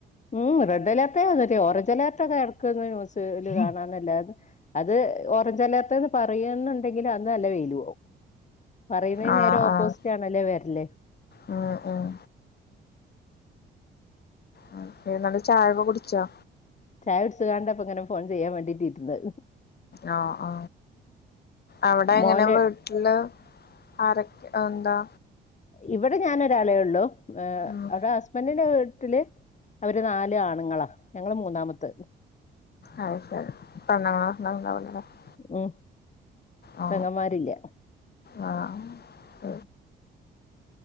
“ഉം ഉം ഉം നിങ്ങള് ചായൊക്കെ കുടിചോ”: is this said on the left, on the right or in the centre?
Left